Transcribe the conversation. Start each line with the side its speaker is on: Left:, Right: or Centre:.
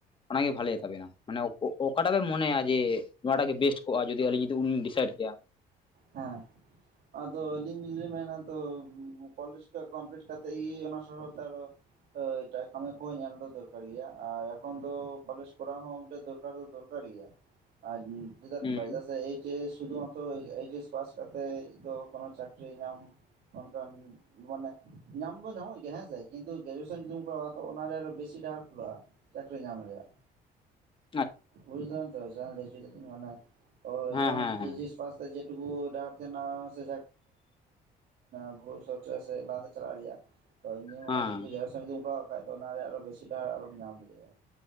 Left: ᱚᱱᱟᱜᱮ ᱵᱷᱟᱞᱮ ᱛᱟᱵᱮᱱᱟ ᱾ ᱢᱟᱱᱮ ᱚᱠᱟᱴᱟᱜ ᱵᱮ ᱢᱚᱱᱮᱭᱟ ᱡᱮ ᱱᱚᱣᱟᱴᱟᱜ ᱜᱮ ᱵᱮᱥᱴ ᱠᱚᱜᱼᱟ ᱡᱩᱫᱤ ᱟᱹᱞᱤᱧ ᱡᱩᱫᱤ ᱩᱱᱞᱤᱧ ᱰᱤᱥᱟᱭᱤᱰ ᱠᱮᱭᱟ?
Right: ᱦᱮᱸ ᱟᱫᱚ ᱟᱹᱞᱤᱧᱞᱤᱧ ᱢᱮᱱᱟ ᱛᱚ ᱠᱚᱞᱮᱡᱽ ᱯᱮ ᱠᱚᱢᱯᱞᱤᱴ ᱠᱟᱛᱮ ᱤ ᱚᱱᱟ ᱥᱚᱥᱚᱛᱟ ᱠᱚ ᱦᱳᱭ ᱮᱴᱟᱜ ᱠᱟᱹᱢᱤ ᱠᱚᱦᱚᱸ ᱧᱮᱞ ᱫᱚ ᱫᱚᱨᱠᱟᱨ ᱜᱮᱭᱟ ᱟᱨ ᱮᱠᱷᱚᱱ ᱫᱚ ᱠᱚᱞᱮᱡᱽ ᱠᱚᱨᱟᱣ ᱦᱚᱸ ᱢᱤᱫᱴᱟᱹ ᱫᱚᱨᱠᱟᱨ ᱫᱚ ᱫᱚᱨᱠᱟᱨ ᱫᱟᱲᱤᱭᱟᱜ ᱟᱧ ᱱᱤᱛᱚᱜ
Left: ᱦᱩᱸ
Right: ᱫᱚ ᱵᱟᱭᱡᱟ ᱥᱮ ᱮᱭᱪᱮᱥ ᱥᱩᱫᱩ ᱢᱟᱛᱨᱚ ᱮᱭ ᱮᱤᱪ ᱮᱥ ᱯᱟᱥ ᱠᱟᱛᱮᱜ ᱫᱚ ᱠᱚᱱᱚ ᱪᱟᱹᱠᱨᱤ ᱧᱟᱢ ᱚᱱᱠᱟᱱ ᱢᱟᱱᱮ ᱧᱟᱢ ᱫᱚ ᱧᱟᱢᱚᱜ ᱜᱮᱭᱟ ᱦᱮᱸᱥᱮ ᱾ ᱠᱤᱱᱛᱩ ᱜᱨᱮᱡᱩᱭᱮᱥᱮᱱ ᱡᱩᱫᱤᱢ ᱠᱚᱨᱟᱣᱟ ᱛᱚ ᱚᱱᱟᱨᱮ ᱟᱨᱚ ᱵᱮᱥᱤ ᱰᱟᱦᱟᱨ ᱠᱷᱩᱞᱟᱹᱜ-ᱟ ᱪᱟᱹᱠᱨᱤ ᱧᱟᱢ ᱦᱳᱭᱳᱜ ᱟ
Left: <inaudible>
Right: ᱵᱩᱡ ᱡᱟᱱ ᱛᱚ <unintelligible> ᱢᱟᱱᱮ
Left: ᱦᱮᱸ
Right: ᱡᱮᱢᱚᱱ
Left: ᱦᱮᱸ ᱦᱮᱸ
Right: ᱮᱭᱪᱮᱥ ᱯᱟᱥ ᱛᱮᱡᱮᱴ ᱴᱩᱵᱩ ᱰᱟᱦᱟᱨ ᱛᱟᱦᱮᱸᱱᱟ ᱥᱮ <unintelligible> ᱵᱷᱩᱵᱤᱥᱚᱛ ᱨᱮᱥᱮ ᱮᱴᱟᱜ ᱥᱮᱫ ᱪᱟᱞᱟᱜ ᱨᱮᱭᱟᱜ ᱛᱚ ᱤᱧᱫᱩᱧ ᱢᱚᱱᱮ
Left: ᱦᱮᱸ
Right: ᱡᱚᱭᱥᱚᱝ ᱡᱩᱤᱢ ᱠᱚᱨᱟᱣ ᱠᱷᱟᱡ ᱚᱱᱟᱨᱮ ᱟᱨᱚ ᱵᱮᱥᱤ ᱰᱟᱦᱟᱨ ᱟᱨᱞᱚᱢ ᱧᱟᱢ ᱫᱟᱲᱮᱭᱟᱜᱼᱟ